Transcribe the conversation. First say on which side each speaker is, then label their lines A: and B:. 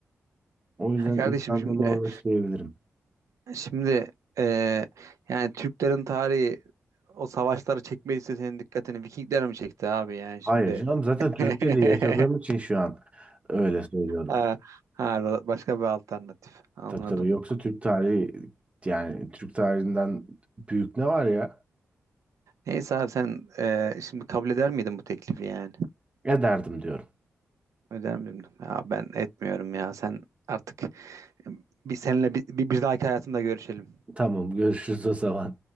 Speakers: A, on the right (about 25°); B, on the right (about 80°).
A: O yüzden
B: Ya kardeşim
A: İzlanda
B: şimdi
A: Norveç diyebilirim.
B: şimdi e, yani Türklerin tarihi o savaşları çekmediyse senin dikkatini Vikingler mi çekti abi yani
A: Hayır
B: şimdi?
A: canım zaten
B: <laughs>
A: Türkiye'de yaşadığım için şu an öyle söylüyorum.
B: Ha, ha, başka bir alternatif. Anladım.
A: Tabii tabii yoksa Türk tarihi yani Türk tarihinden büyük ne var ya?
B: Neyse abi sen e, şimdi kabul eder miydin bu teklifi yani?
A: Ya derdim diyorum.
B: Öder miyim? Ya ben etmiyorum ya. Sen artık bir seninle bir, bir, bir dahaki hayatında görüşelim.
A: Tamam görüşürüz o zaman.